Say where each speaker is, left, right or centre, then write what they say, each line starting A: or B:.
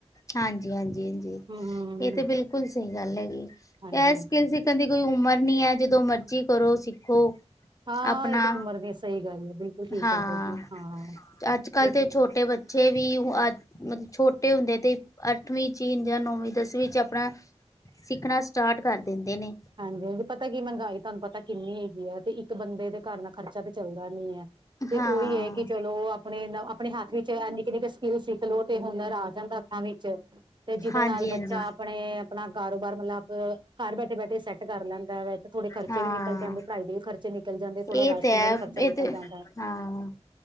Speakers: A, on the left; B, on the right.
A: ਹਾਂਜੀ-ਹਾਂਜੀ-ਹਾਂਜੀ।
B: ਹਮ ਹਮ
A: ਇਹ ਤੇ ਬਿਲਕੁਲ ਸਹੀ ਗੱਲ ਹੈਗੀ,
B: ਹਾਂਜੀ
A: ਇਹ ਸਿਕਿਲ
B: ਹਾਂਜੀ
A: ਸਿੱਖਾਣ ਦੀ ਕੋਈ ਉਮਰ ਨੀ ਹੈ ਜਦੋਂ ਮਰਜ਼ੀ ਕਰੋ ਸਿੱਖੋ।
B: ਹਾਂ
A: ਆਪਣਾ
B: ਇਹ ਤਾਂ ਘੁੰਮਰ ਦੀ ਸਹੀ ਗੱਲ ਹੈ ਬਿਲਕੁਲ ਠੀਕ
A: ਹਾਂ,
B: ਕਹਿ ਰਹੇ ਜੀ ਹਾਂ
A: ਅੱਜ-ਕੱਲ੍ਹ
B: ਦੇਖੋ
A: ਦੇ ਛੋਟੇ ਬੱਚੇ ਛੇ ਵੀ ਅਦ ਮਤਲਬ ਛੋਟੇ ਹੁੰਦੇ ਤੇ ਅੱਠਵੀਂ ਚ ਹੀ, ਜਾਂ ਨੌਵੀਂ- ਦਸਵੀਂ ਚ ਆਪਣਾ ਸਿੱਖਣਾ ਸਟਾਠ ਕਰ ਦਿੰਦੇ ਨੇ।
B: ਹਾਂਜੀ- ਹਾਂ, ਪਤਾ ਕੀ ਮਹਿੰਗਾਈ ਤੁਹਾਨੂੰ ਪਤਾ ਕਿੰਨੀ ਹੈਗੀ ਹੈ ਤੇ ਇੱਕ ਬੰਦੇ ਦੇ ਘਰ ਦਾ ਖਰਚਾ ਤਾਂ ਚੱਲਦਾ ਨੀ ਹੈ। ਤੇ
A: ਹਾਂ
B: ਉਹੀ ਹੈ ਕਿ ਚਲੋ, ਆਪਣੇ ਆਪਣੇ ਹੱਥ ਵਿੱਚ ਨਿੱਕੇ-ਨਿੱਕੇ ਸਕਿੱਲ ਸਿੱਖਲੋ ਤੇ ਹੁਨਰ ਆ ਜਾਂਦਾ। ਵਿੱਚ ਤੇ ਜਿਹਦੇ
A: ਹਾਂਜੀ
B: ਨਾਲ ਬੱਚਾ
A: ਹਾਂਜੀ
B: ਆਪਣੇ ਆਪਣਾ ਕਾਰੋਬਾਰ ਮਤਲਬ ਘਰ ਬੈਠੇ-ਬੈਠੇ ਸੈੱਟ ਕਰ ਲੈਂਦਾ ਵੇ, ਤੇ ਥੋੜੇ ਖਰਚੇ
A: ਹਾਂ
B: ਵੀ ਨਿਕਲ ਜਾਂਦੇ ਪੜਾਈ ਦੇ ਵੀ ਖਰਚ ਚੇ ਨਿਕਲ ਜਾਂਦੇ ਥੋੜਾ
A: ਇਹ
B: ਰਾਸ਼ਨ
A: ਤੇ ਹੈ
B: ਦਾ ਵੀ ਖਰਚਾ
A: ਇਹ
B: ਨਿਕਲ
A: ਤੇ
B: ਜਾਂਦਾ ਹੈ,
A: ਹਾਂ